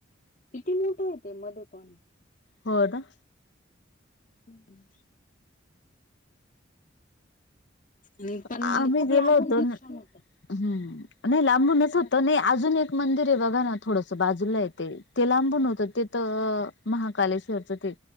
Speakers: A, on the left; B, on the left.
A: किती मोठ आहे ते मध्ये पण.
B: होय दा.
A: हम्म. मि पण
B: आम्ही
A: खूप
B: गेलो
A: लांबून
B: होतो
A: दर्शन
B: न
A: होतं.
B: हम्म, नाही लांबूनच
A: व्यवस्थित
B: होत नाही अजून एक मंदिर आहे बघा ना थोडस बाजूला येते ते लांबून होतं ते तर महाकालेश्वरच ते.